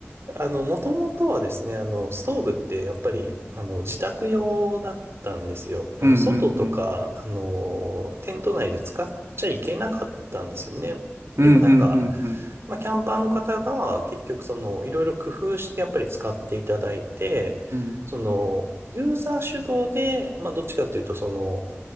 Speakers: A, on the right; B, on the right.
A: あの、もともとはですね、あの、ストーブってやっぱり、あの、自宅用だったんですよ。あの、
B: うんうんうん。
A: 外とか、あの、テント内で使っちゃいけなかったんですよね。
B: うんうんうんうん。
A: でもなんか、まあ、キャンパーの方が結局その、いろいろ工夫してやっぱり使っていただいて、
B: うん
A: その、ユーザー主導で、まあ、どっちかっていうと、その、